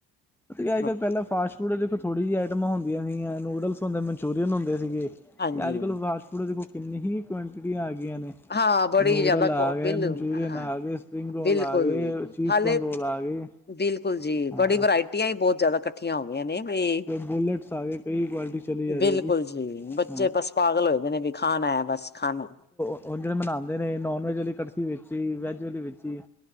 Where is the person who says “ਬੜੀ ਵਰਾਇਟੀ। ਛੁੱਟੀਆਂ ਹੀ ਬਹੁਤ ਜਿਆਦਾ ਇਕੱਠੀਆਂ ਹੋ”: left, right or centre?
Left